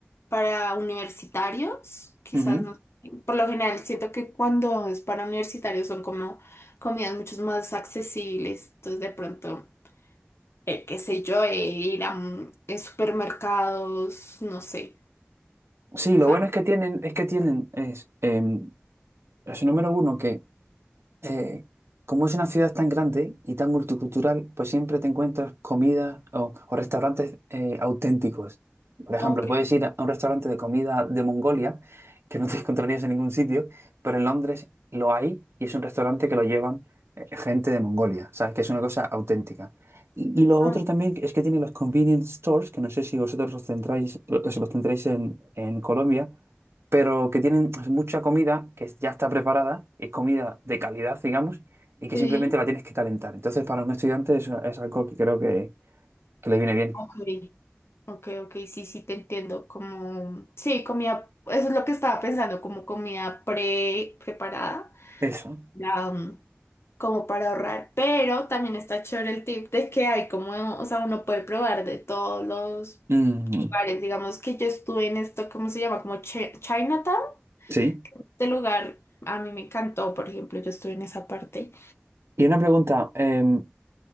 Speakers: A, on the left (about 70°); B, on the right (about 70°).
A: para universitarios, quizás
B: Ujú.
A: no. Por lo general siento que cuando es para universitarios son como comidas mucho más accesibles, entonces de pronto, eh, qué sé yo, eh, ir a mm, eh, supermercados, no sé.
B: Sí,
A: ¿sabes?
B: lo bueno es que tienen, es que tienen, es, em, es el número uno que eh, como es una ciudad tan grande y tan multicultural, pues siempre te encuentras comida o, o restaurantes eh, auténticos. Por ejemplo,
A: Ok.
B: puedes ir a un restaurante de comida de Mongolia, que no te <laughs> encontrarías en ningún sitio, pero en Londres lo hay y es un restaurante que lo llevan eh, gente de Mongolia, ¿sabes? Que es una cosa auténtica. Y, y lo otro
A: Mm.
B: también es que tiene los convenience stores, que no sé si vosotros los centráis, los los tendréis en en Colombia pero que tienen pues, mucha comida que ya está preparada, es comida de calidad, digamos, y que
A: Sí.
B: simplemente la tienes que calentar. Entonces, para un estudiante es, es algo que creo que, que le viene bien.
A: Ok. Ok, ok, sí, sí, te entiendo. Como, sí, comida, eso es lo que estaba pensando, como comida pre preparada,
B: Eso.
A: ya, mm, como para ahorrar. Pero también está chévere el tip de que hay como, o sea, uno puede probar de todos los
B: Mm,
A: lugares. Digamos que yo estuve en esto, ¿cómo se llama? Como Chi- Chinatown,
B: sí.
A: este lugar a mí me encantó, por ejemplo, yo estuve en esa parte.
B: Y una pregunta, em,